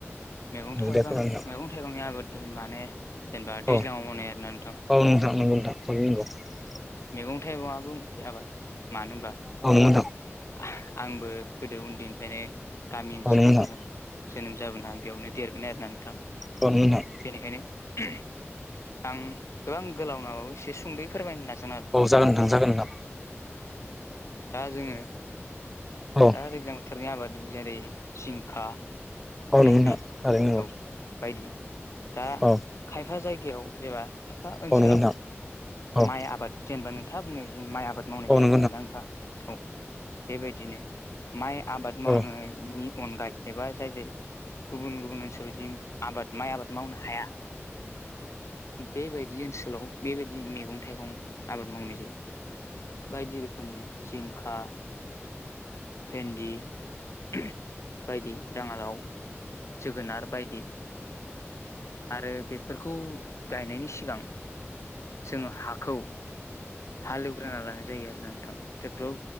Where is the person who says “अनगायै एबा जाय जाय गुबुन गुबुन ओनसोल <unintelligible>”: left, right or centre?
Left